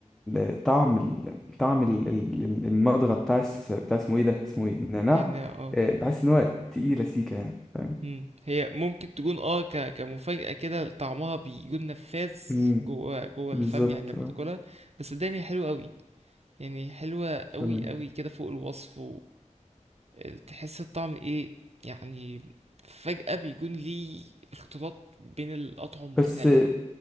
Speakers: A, in the centre; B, on the right.
A: ال طعم ال طعم ال ال ال- المضغه بتاع الس- بتاع اسمه ايه ده اسمه ايه النعناع
B: نعناع اه
A: آه، بحس ان هو تقيله سيكه يعني فاهم
B: امم هي ممكن تكون اه ك كمفاجأة كده طعمها بيكون نفاذ
A: امم
B: جوه جوه
A: بالظبط
B: الفم يعني لما
A: اه
B: تاكلها بس صدقني هي حلوة قوي يعني حلوة قوي
A: تمام
B: قوي كده فوق الوصف وتحس الطعم ايه يعني فجأة بيكون ليه اختلاط بين الأطعم مختلفة
A: بس